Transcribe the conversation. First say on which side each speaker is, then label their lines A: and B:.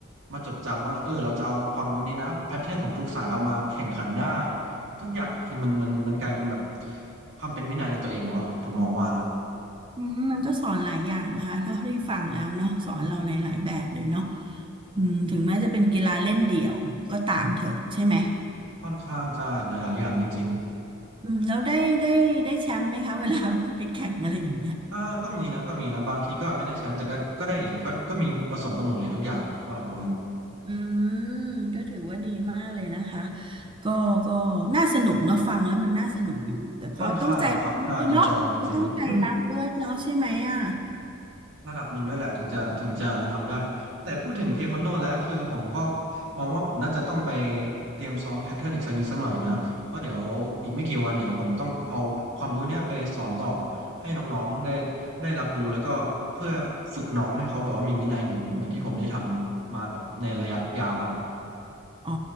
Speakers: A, on the right; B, on the right.
A: มาจดจำว่าเราเออเราจะเอาความรู้นี้นะแพทเทิร์นของทุกสายเอามาแข่งขันได้ทุกอย่างอะคือมันมันมันกลายเป็นแบบความเป็นวินัยในตัวเองแล้วอะผมมองว่านะ
B: อืมมันก็สอนหลายอย่างนะคะเท่าที่ฟังแล้วเนาะสอนเราหลายๆแบบเลยเนาะอืมถึงแม้จะเป็นกีฬาเล่นเดี่ยวก็ตามเถอะใช่ไหม
A: ค่อนข้างจะหลายอย่างจริง
B: อืมแล้วได้ได้ได้แชมป์ไหมคะเวลาไปแข่งอะไรอย่างเงี้ย
A: ๆอ่าก็มีนะก็มีนะบางทีก็ไม่ได้แชมป์แต่ก็ก็ได้เหรียญก็ก็มีผสมกันหมดเลยทุกอย่างอะสำหรับผมอะ
B: อืมก็ถือว่าดีมากเลยนะคะก็ก็น่าสนุกเนาะฟังแล้วมันน่าสนุกอยู่แต่ก็ต้องใจรักด้วยเนาะกต้องใจรักด้วยเนาะใช่ไหมอ่ะ
A: ค่อนข้างนะครับถ้า enjoy จริงๆอืม ระดับหนึ่งด้วยแหละถึงจะถึงจะทำได้แต่พูดถึงเทควันโดแล้วคือผมก็มองว่าผมน่าจะต้องไปเตรียมซ้อมแพทเทิร์นอีกสักนิดสักหน่อยนะเพราะเดี๋ยวอีกไม่กี่วันเนี่ยผมต้องเอาความรู้เนี้ยไปสอนต่อให้น้องๆได้ได้รับรู้แล้วก็เพื่อฝึกน้องให้เขาแบบว่ามีวินัยเหมือนเหมือนที่ผมได้ทำมาแบบในระยะยาวแล้ว
B: อ๋อ